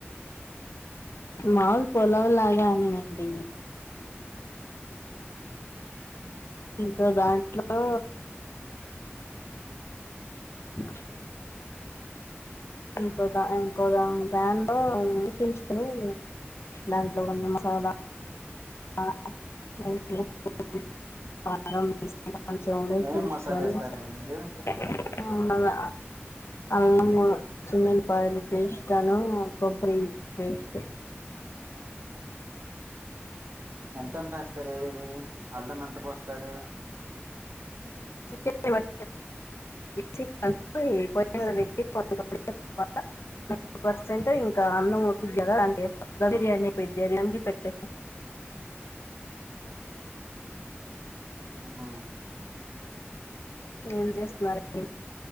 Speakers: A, on the left; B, on the right.
A: మాములు పులావు లాగానే అండి
B: డిట్టో
A: ఇంకా దాంట్లో మంచిది ఇంకో దా ఇంకోదా ప్యాన్లో ఉడికించుకొని దాంట్లో కొనీ మసాలా <unintelligible> కొంచేమ్ ఉడీకించుకొని
B: ఏమేమి మసాలా వేస్తారండి
A: <unintelligible>
B: మీరు
A: అ అల్లమ్ వెల్లుల్లి పేస్ట్ ను కొబ్బరి పెస్ట్
B: ఎంత ఎంత ఎస్తారు ఇవి అల్లం ఎంత పోస్తారు
A: చికేన్ బట్టి చే కలిపి పోయిమీద పెట్టి కొంత సేపు తర్వాత నైటి పర్సెంట్ ఇంకా అన్నం ఉడకిద్ది కదా అందులో ఎస్తా బిర్యానీ పెద్ద పెట్టే
B: ఆహ
A: ఏం చేస్తున్నారండి